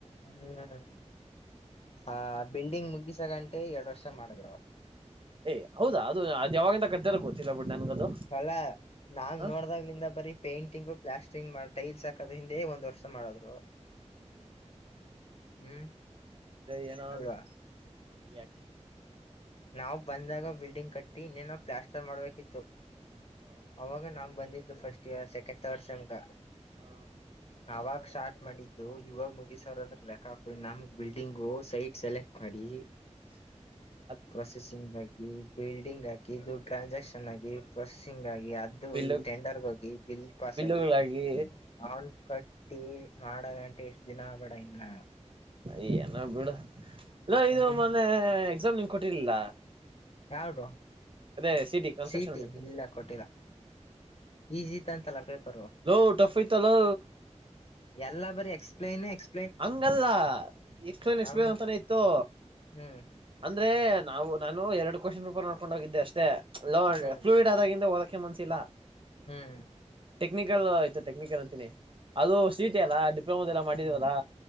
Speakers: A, on the left; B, on the right.
A: ಹ್ಮ್ ಆ ಬಿಲ್ಡಿಂಗ್ ಮುಗಿಸಾಗಂಟೆ ಎರಡ್ ವರ್ಷ ಮಾಡಿದ್ರೂ
B: ಏ ಹೌದಾ ಅದು ಅದು ಯಾವಾಗಿಂದ ಕಟ್ಟಾತ ಗೊತ್ತಿಲ್ಲ ಬಿಡ್ ನನ್ಗದು
A: ಅಲ್ಲಾ ನಾನ್
B: ಹ
A: ನೋಡ್ದಾಗ್ಲಿಂದ ಬರೀ ಪೇಂಟಿಂಗು ಪ್ಲಾಸ್ಟ್ರಿಂಗು ಮಾಡ್ ಟೈಲ್ಸ್ ಹಾಕದ ಹಿಂದೆ ಒಂದ್ ವರ್ಷ ಮಾಡದ್ರು ಹ್ಮ್
B: ಬಿಡೊ ಏನೊ
A: ಅಲ್ವಾ
B: ಒಂದು ನಮಗೆ ಯಾಕೆ
A: ನಾವು ಬಂದಾಗ ಬಿಲ್ಡಿಂಗ್ ಕಟ್ಟಿ ಇನ್ನೇನೋ ಪ್ಲಾಸ್ಟರ್ ಮಾಡ್ಬೇಕಿತ್ತು.
B: ಹ
A: ಅವಾಗ ನಾನ್ ಬಂದಿದ್ದು ಫಸ್ಟ್ ಇಯರ್ ಸೆಕೆಂಡ್ ಥರ್ಡ ಸೆಮ್ಗ
B: ಹ
A: ಆವಾಗ್ ಸ್ಟಾರ್ಟ್ ಮಾಡಿದ್ದು ಇವಾಗ ಮುಗಿಸ್ ಅವರೆ ಅಂದ್ರೆ ಲೆಕ್ಕಾ ಹಾಕು ನಮ್ ಬಿಲ್ಡಿಂಗ್ ಸೈಟ್ ಸೆಲೆಕ್ಟ್ ಮಾಡಿ.
B: ಇ ಇ <unintelligible>
A: ಪ್ರೊಸೆಸಿಂಗ್ ಆಗಿ ಬಿಲ್ಡಿಂಗ್ ಹಾಕಿ ಇದು ಟ್ರಾನ್ಸಾಕ್ಷನ್ ಆಗಿ ಪ್ರೊಸೆಸಿಂಗ್ ಆಗಿ ಈ ಅದು
B: ಬಿಲ್ಲು
A: ಟೆಂಡರ್ಗ್ ಹೋಗಿ ಬಿಲ್ ಪಾಸ್
B: ಬಿಲ್ಲುಗಳಾಗಿ
A: ಆಗಿ ಅವನ್ ಕಟ್ ತ್ತೇ ಮಾಡಗಂಟ ಎಷ್ಟ್ ದಿನ ಆಗ್ಬೇಡ ಇನ್ನ
B: ಯ ಏನ ಬಿಡು ನ ಇದು
A: ಹ್ಮ್
B: ಮೊನ್ನೆ ಎಕ್ಸಾಮ್ ನಿಂಗ ಕೊಟ್ಟಿರ್ಲಿಲ್ಲ
A: ಯಾವ್ದು
B: ಅದೇ ಸಿಟಿ ಕನ್ಸ್ಟ್ರಕ್ಷನ್
A: ಸೀಟಿ
B: ಟೆಕ್ನಿಕ್ಸ್
A: ಇಲ್ಲ ಕೊಟ್ಟಿಲ್ಲ ಈಜೀತ ಅಂತಲ್ಲ ಪೇಪರು
B: ಹಲೋ ಟಫ್ ಐತಲ್ಲೋ
A: ಎಲ್ಲಾ ಬರಿ ಎಸ್ಪ್ಲೈನ್ ಎಕ್ಸ್
B: ಹಂಗಲ್ಲ ಎಕ್ಸ್ಪಲನ್ ಎಕ್ಸ್ಪನ್
A: ಆಲ್ಮೋಸ್ಟ್
B: ಅಂತಾನೆ ಇತ್ತು
A: ಹ್ಮ್
B: ಅಂದ್ರೆ ನಾವು ನಾನು ಎರಡು ಕ್ವಾಷನ್ ರೂಪ ನೋ ಕೋಂಡ ಹೋಗಿದ್ದೆ ಅಷ್ಟೇ ಲೋ
A: ಹ್ಮ್
B: ಫ್ಲೂಯಡ್ ಆದಂದ ಓದಕ್ಕೆ ಮನಸಿಲ್ಲ
A: ಹ್ಮ್
B: ಟೆಕ್ನಿಕ್ ಆಯತು ಟೆಕ್ನಿಕಲ್ ಅಂತಿನಿ ಅದು ಸೀಟಿ ಅಲ್ಲ ಡಿಪ್ಲೋಮೋದದೆಲ್ಲ ಮಾಡಿದೀವಲ್ಲಾ
A: ಹ್ಮ್